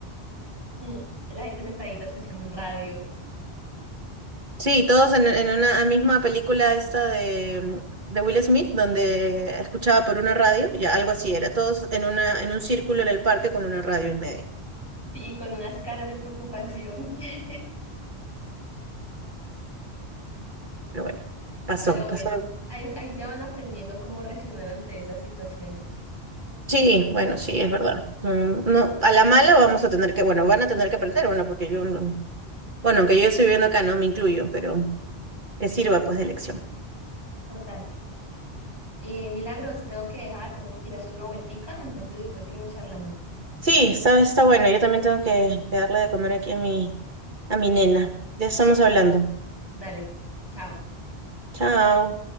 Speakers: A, on the left; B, on the right.
A: Mm. La gente sentadita escuchando un radio
B: Sí, todos en, en una misma película esta de, de Will Smith, donde escuchaba por una radio, ya algo así era, todos en una, en un círculo en el parque con una radio en medio.
A: y con unas caras de preocupación. <laughs>
B: Pero bueno, pasó,
A: Pero
B: pasó
A: bueno, ahí, ahí ya van aprendiendo cómo reaccionar ante esas situaciones.
B: Sí, bueno, sí, es verdad. No, no, a la mala vamos a tener que, bueno, van a tener que aprender, bueno, porque yo, no- bueno, aunque yo estoy viviendo acá, no me incluyo, pero que sirva pues de lección.
A: Total. Eh, Milagros, te tengo que dejar, tengo que ir a hacer una vueltica, entonces después seguimos charlando.
B: Sí, sabes, está bueno, yo también tengo que, que darle de comer aquí a mi, a mi nena. Ya estamos hablando.
A: Dale, chao.
B: Chao.